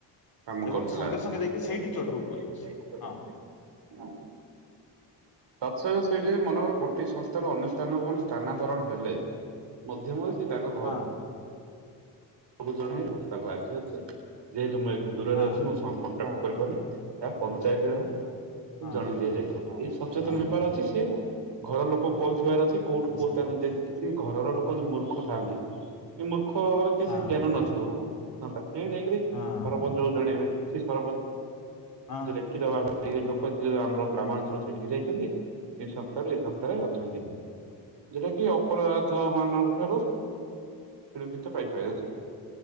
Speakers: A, on the right; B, on the left.
A: କାମ
B: ଏବଂ
A: କରୁଥିଲା।
B: ସଙ୍ଗେ
A: ତତ୍ସହିତ
B: ସଙ୍ଗେ ଯାଇକି ସେଇଠି ଚଢଉ କରିବ ସିଏ ହଁ
A: ସେଇ ଯ ମନେକର ଗୋଟିଏ ସଂସ୍ଥାର ଅନ୍ୟ ସ୍ଥାନକୁ ସ୍ଥାନାନ୍ତରଣ ହେଲେ ମଧ୍ୟ ସେ ତାଙ୍କ ଘର
B: ହଁ
A: ସବୁ ଜଣେ ରାସ୍ତାକୁ ଆସି ଅଛି ଯେହେତୁ ମୁଁ ଦୂରରେ
B: ହଁ
A: ଅଛି ମୋ କଣ୍ଟାକ୍ଟ କରିପାରୁନି। ଯାଇ <unintelligible>
B: ହଁ
A: ଜଣେଇ ଦିଆଯାଇଥିବ ଏଇ ସଚେତନ
B: ହଁ
A: ହେବାର ଅଛି ସିଏ। ଘର ଲୋକ କହୁଥିବାର ଅ କୋଉଠୁ
B: ନିଶ୍ଚ
A: କୋଉ ସ୍ଥାନ ସେ ଘରର ଲୋକ ଯୋଉ ମୂର୍ଖ ଥାଆନ୍ତି ଏଇ ମୂର୍ଖ କିଛି
B: ହଁ
A: ଜ୍ଞାନ ନଥିବ ହଁ। ସେ ନେଇକରି
B: ହଁ
A: ସରପଞ୍ଚଙ୍କୁ ଜଣେଇବେ। ସେ ସରପ
B: ହଁ
A: ଆ ଲିଖିତ <unintelligible> ସେ ଲୋକ ଏ ଯଉ ଆମର ଗ୍ରାମାଞ୍ଚଳ ସେଠି ଯାଇଛନ୍ତି ସେ ସପ୍ତାହରେ ଅଛନ୍ତି।
B: ଆଜ୍ଞା
A: ଯେଉଟା କି ଅପରାଧ ମାନଙ୍କ ଠାରୁ ସେିଲ କେତେ ପାଇାଇ ହେଇପାରେ